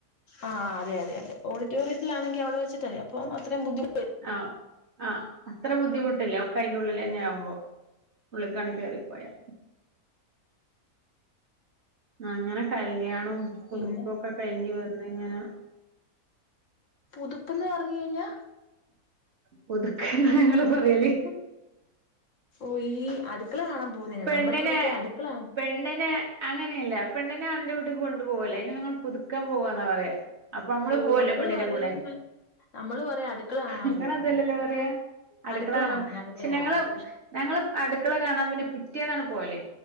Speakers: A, on the left (about 60°); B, on the right (about 45°).
A: ആ അതെ അതെ അതെ ഓഡി റ്റോറിയത്തിലാണെങ്കി അവിടേ വെച്ചിട്ടേ അപ്പം അത്ര ബുദ്ധിമു
B: ആ ആ അത്ര ബുദ്ധിമുട്ടില്ലേ ഒക്കെ അയിന്റെ ഉള്ളിൽ തന്നെ ആവുമ്പോ ഉള്ളിക്കാണ് കേറിപ്പോയാ ആ അങ്ങനെ ക ല്ല്യാണം പുതുക്കൊക്കെ
A: പിന്നെ
B: കഴിഞ്ഞു വ ന്നി ഇങ്ങനെ
A: പുതുപ്പ്ന്ന് പറഞ്ഞു കഴിഞ്ഞാ
B: പുതുക്ക ഞങ്ങള് പറയലേ
A: ഓ ഈ അടുക്കളെ കാണാൻ പോകുന്നതിനാ
B: പെണ്ണിനെ
A: നമ്മുടെ ഇവിടെയൊക്കെ അടുക്കള
B: പെണ്ണിനെ അങ്ങനെയല്ല പെണ്ണിനെ ആണിന്റെ വീട്ടി കൊണ്ടു പോവല്ലേ അതിനെ നിങ്ങൾ പുതുക്കം പോവാന്നാ പറയാ അപ്പൊ നമ്മള്
A: ഓ
B: പോവല്ലോ പെണ്ണിന്റെ
A: പറയും
B: കൂടെ
A: നമ്മള് പറയും അടുക്കള കാണാൻ
B: നിങ്ങളെന്തല്ലല്ലോ
A: പോവാന്ന് പറയും
B: അറിയ അടുക്കളാണ്
A: അടുക്കള കാണാൻ
B: പക്ഷെ
A: അടുക്കള
B: ഞങ്ങള്
A: കാണാൻ
B: ഞങ്ങള് അടുക്കള കാണാൻ പിന്നെ പിറ്റെ പിറ്റേന്നാണ് പോവല്